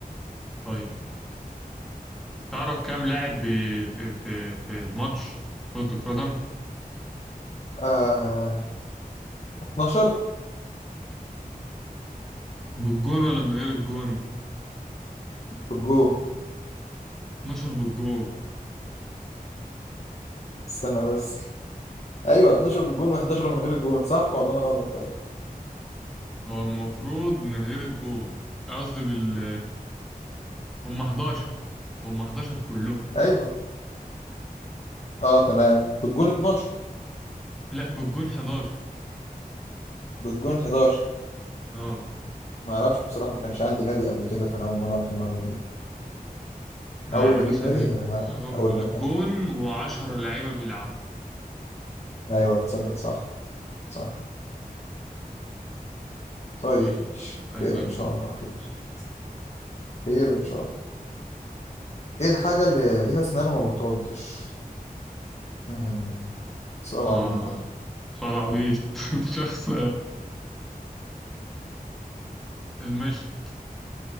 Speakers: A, in the centre; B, on the left.
A: طيب تعرف كام لاعب ب- في في في الماتش كرة القدم
B: آه 12
A: بالجون ولا من غير الجون
B: بالجون
A: 12 بالجون
B: استنى بس ايوه 12 بالجون و11 من غير الجون صح ولا انا غلط طيب
A: هو المفروض من غير الجول قصدي بال هم 11 هم 11 كلهم
B: ايوه اه تمام بالجون 12
A: لا بالجون 11
B: بالجون 11
A: اه
B: ما اعرفش بصراحة ما كانش عندي نادي قبل كده فانا اول مرة اعرف المعلومة دي
A: يعني
B: اول ما
A: مثلا
B: اجيب نادي ه-
A: هو
B: هقول
A: بيبقى
B: لك
A: الجون
B: يعني.
A: و10 لعيبة بيلعبوا
B: ايوه تصدق صح صح طيب
A: طيب
B: ماشي
A: اسألني
B: خير ان
A: انت
B: شاء الله خير خير ان شاء الله ايه الحاجة اللي ليها اسنان وما بتعضش مم، سؤال
A: اه
B: عبيط ده
A: صراويط <laughs> شخص المشط